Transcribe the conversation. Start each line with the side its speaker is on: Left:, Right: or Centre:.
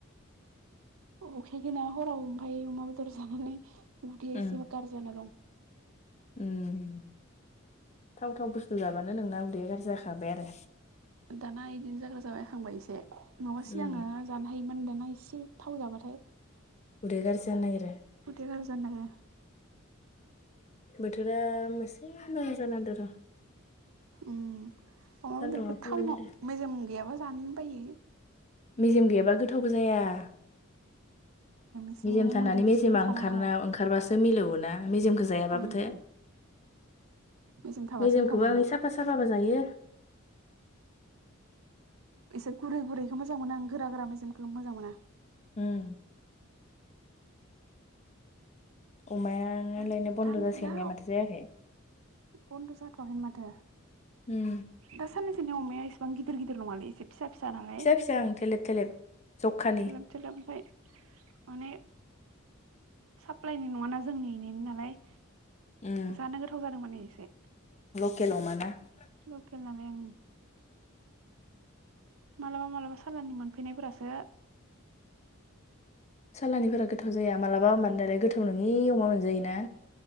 Right: उखैयाखै ना हरावम ओमफाय अमा बेदर जानानै उदैया
Left: उम
Right: एसे गार जाना दं
Left: उम थाव थाव बुस्थु जाबानो नोंना उदै गाज्रि जाखाबाय आरो
Right: दाना बिदिनो जाग्रा जाबायखांबाय इसे नङाबा सिगां
Left: उम
Right: जानो हायोमोन होनदों दा एसे थाव जाबाथाय
Left: उदैया गाज्रि जानो नागिरो
Right: उदै गारजि जानो नागिरो
Left: बोथोरा मोसे मोजां जानांदों र'
Right: उ अमा
Left: सान्दुङा
Right: बेदरखौ
Left: खमायना
Right: टाउनाव
Left: होदो
Right: मेजेम गैयाबा जानो बायो
Left: मेजेम गैयाबा गोथावबो जाया
Right: एसे
Left: मेजेम थानानै
Right: मोदोम
Left: मेजेमा
Right: एसे थानांगौ
Left: ओंखारना ओंखारबासो मिलौवोना मेजेमखौ जायाबाबोथो
Right: उम मेजेम थाबासो
Left: मेजेमखौबो
Right: गोथाव मोनो
Left: आङो साफा साफाबा जायो
Right: इसेर गुरै गुरैखौ मोजां मोनो आं गोरा गोरा मेजेमखौ मोजां मोना
Left: उम अमायानालायनो
Right: दा
Left: बन्द'
Right: दा
Left: जासिगोननाया
Right: दा
Left: माथो जायाखै
Right: बन्द' जाथ'वाखैमोन माथो
Left: उम
Right: दा साननैसोनि अमाया इसेबां गिदिर गिदिर नङालै एसे फिसा फिसा नालाय
Left: फिसा ओं थेलेब थेलेब। जखानि
Right: थेलोब थेलोब ओमफ्राय माने साप्लाायनि नङाना जोंनि एनिनो नालाय
Left: उम
Right: जानो गोथाव जादों माने एसे
Left: <unintelligible>
Right: लकेल ओं मालाबा मालाबा सालाननि मोनफैनायफोरासो
Left: सालानिफोरा गोथाव जाया मालाबा होमबानो दालाय गोथाव नङि अमा मोनजायोना